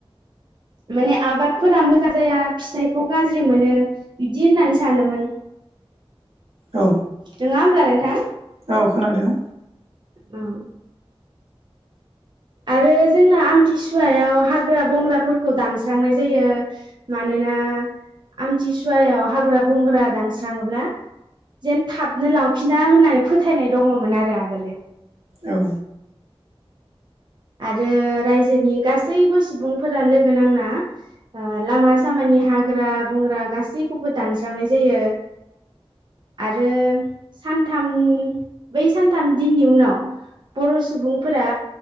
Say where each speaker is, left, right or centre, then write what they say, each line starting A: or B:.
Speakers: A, on the right; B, on the right.
A: माने आबादफोरा मोजां जाया फिथाइखौ गाज्रि मोनो बिदि होननानै सानोमोन।
B: औ
A: नोङा होमब्ला नोंथां?
B: औ खोनादों
A: औ आरो जोंना आमथिसुवायाव हाग्रा बंग्राफोरखौ दानस्रांनाय जायो मानोना आमथिसुवायाव हाग्रा बंग्रा दानस्राङोब्ला जेन थाबनो लावफिना होननानै फोथायनाय दङमोन आरो आगोलो।
B: औ
A: आरो रायजोनि गासैबो सुबुंफोरा लोगो नांना ओ लामा सामानि हाग्रा बंग्रा गासैखौबो दानस्रांनाय जायो आरो सानथाम बै सानथाम दिननि उनाव बर' सुबुंफोरा